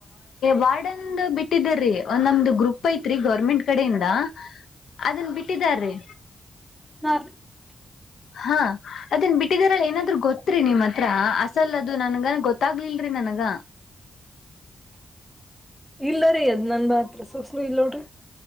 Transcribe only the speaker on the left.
ವಾರ್ಡನ್ ಬಿಟ್ಟಿದ್ದೀ ಒಂದ್ ನಮ್ದು ಗ್ರೂಪ್ ಐತ್ರಿ ಗೌರ್ಮೆಂಟ್ ಕಡೆಯಿಂದ ಅದನ್ ಬಿಟ್ಟಿದಾರೀ.
ಹಾ ಅದನ್ ಬಿಟ್ಟ- ಇದರಲ್ಲಿ ಏನಾದ್ರು ಗೊತ್ತ್ರಿ ನಿಮ್ಮ್ ಹತ್ರ ಅಸಲ್- ಅದು ನನ್ಗ ಗೊತ್ತಾಗ್ಲಿಲ್ರರಿ ನನಗ.